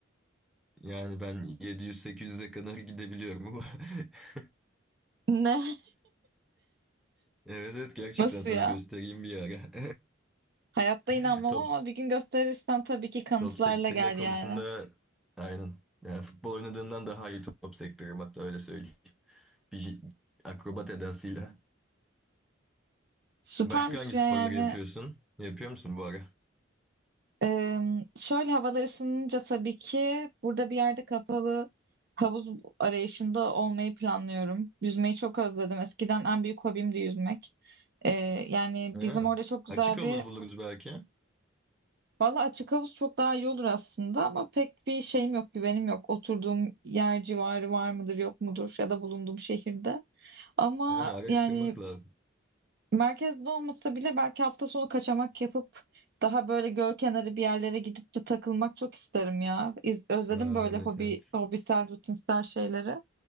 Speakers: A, in the centre; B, on the right (about 50°).
A: yani ben 700-800'e kadar gidebiliyorum ama. <laughs>
B: Ne? <laughs>
A: Evet evet gerçekten
B: Nasıl
A: sana
B: ya?
A: göstereyim bir ara.
B: Hayatta inanmam
A: <laughs> Top,
B: ama bir gün gösterirsen tabii ki kanıtlarla
A: top sektirme
B: gel
A: konusunda
B: yani.
A: aynen. Yani futbol oynadığından daha iyi top sektiririm hatta öyle söyleyeyim. Bir akrobat edasıyla.
B: Süpermiş
A: Başka hangi
B: ya
A: sporları
B: yani.
A: yapıyorsun? Yapıyor musun bu ara?
B: Ee, şöyle havalar ısınınca tabii ki burada bir yerde kapalı havuz arayışında olmayı planlıyorum. Yüzmeyi çok özledim. Eskiden en büyük hobimdi yüzmek. Ee, yani
A: Ha,
B: bizim orada çok güzel
A: Açık havuz
B: bir
A: buluruz belki.
B: Valla açık havuz çok daha iyi olur aslında ama pek bir şeyim yok, güvenim yok. Oturduğum yer civarı var mıdır, yok mudur ya da bulunduğum şehirde. Ama
A: Yani araştırmak
B: yani
A: lazım.
B: merkezde olmasa bile belki hafta sonu kaçamak yapıp daha böyle göl kenarı bir yerlere gidip de takılmak çok isterim ya. İz- Özledim
A: Aa,
B: böyle
A: evet
B: hobi,
A: evet.
B: hobisel, rutinsel şeyleri.